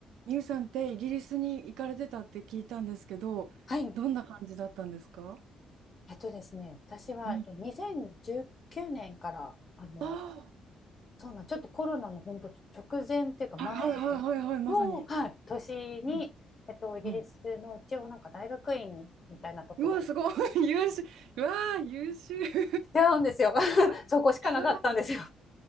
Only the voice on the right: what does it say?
ミュウさんってイギリスに行かれてたって聞いたんですけど、
どんな感じだったんですか
うん
あ
あ、はいはいはいはいはい、まさに。
うん
うんうわ、すごい、<laughs> 優秀。うわあ、優秀。<laughs> す
ごい。は
あ